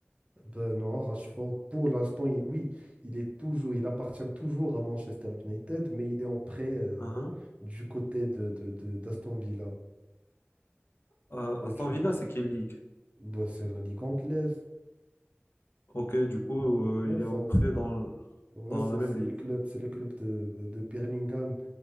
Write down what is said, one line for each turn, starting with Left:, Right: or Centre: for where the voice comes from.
Right: Ben non, Rashford, pour l'instant, il- oui, il est toujours, il appartient toujours à Manchester United, mais il est en prêt euh,
Left: Mhm.
Right: du côté de, de- de- d'Aston Villa.
Left: Euh,
Right: Et
Left: Aston
Right: tu-
Left: Villa, c'est quelle ligue?
Right: ben, c'est la Ligue anglaise.
Left: Ok, du coup, euh,
Right: Ouais,
Left: il
Right: c'est
Left: est en
Right: un-
Left: prêt
Right: c'est-
Left: dans,
Right: ouais,
Left: dans
Right: c'est,
Left: la même
Right: c'est
Left: ligue.
Right: le club, c'est le club de, de Birmingham.